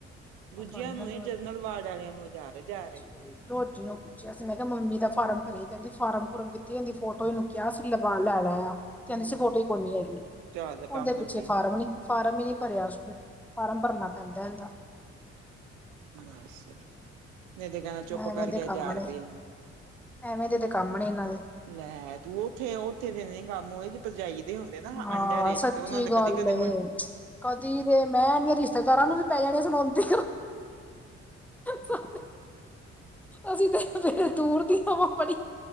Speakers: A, on the right (about 65°); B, in the centre.
A: ਦੂਜਿਆਂ
B: ਪਤਾ ਨੀ
A: ਨੂੰ
B: ਮੈਨੂੰ
A: ਇਹ, ਜਨਰਲ ਵਾਰਡ ਵਾਲਿਆਂ ਨੂੰ, ਹਜਾਰ- ਹਜਾਰ ਐ।
B: ਸੋਚ ਲੋ। ਪੁੱਛਿਆ ਸੀ, ਮੈਂ ਕਿਹਾ ਮੰਮੀ ਦਾ ਫਾਰਮ ਭਰਿਆ ਈ। ਕਹਿੰਦੀ ਫਾਰਮ- ਫੁਰਮ, ਕੀਤੇ, ਕਹਿੰਦੀ ਫੋਟੋ ਨੂੰ ਕਿਹਾ ਸੀ। ਲਗਾਨ, ਲੈ ਲੈ ਕਹਿੰਦੀ
A: ਹੂੰ
B: ਸੀ। ਫੋਟੋ ਹੀ ਕੋਨੀ ਹੈਗੀ,
A: ਚੱਲ ਕੰਮ
B: ਉਹਦੇ ਪਿੱਛੇ
A: ਨਿਬੇੜ
B: ਫਾਰਮ ਨੀ ਫਾਰਮ ਹੀ, ਨਹੀਂ ਭਰਿਆ ਉਸਨੇ, ਫਾਰਮ ਭਰਨਾ ਪੈਂਦਾ ਇਹਦਾ।
A: ਬਸ ਮੈਂ ਤੇ ਕਹਿੰਦਾ, ਚੁੱਪ
B: ਐਵੇਂ
A: ਕਰਕੇ
B: ਦੇ ਕੰਮ
A: ਹਜਾਰ
B: ਨੇ
A: ਰੁਪਇਆ
B: ਐਵੇਂ ਦੇ ਤੇ ਕੰਮ ਨੇ ਇਹਨਾਂ ਦੇ
A: ਮੈ ਤੂੰ, ਉੱਥੇ, ਉੱਥੇ ਦੇ ਦਈ ਕੰਮ ਹੋ ਪਰਜਾਈ ਦੇ ਹੁੰਦੇ ਨਾ।
B: ਹਾਂ
A: ਅੰਡਰ ਏਜ
B: ਸੱਚੀ
A: ਚ, ਤੇ ਉਹਨਾਂ ਦੇ
B: ਗੱਲ
A: ਕਦੀ ਕਦੇ
B: ਏ ਕਦੀ ਤੇ ਮੈਂ, ਮੇਰੇ ਰਿਸ਼ਤੇਦਾਰਾਂ ਨੂੰ ਵੀ, ਪੈ ਜਾਣੀਆਂ ਸੁਣਾਉਂਦੀ ਸਾਡੇ, ਅਸੀਂ ਤੇ ਫੇਰ, ਦੂਰ ਦੀਆ ਵਾਂ, ਬੜੀ।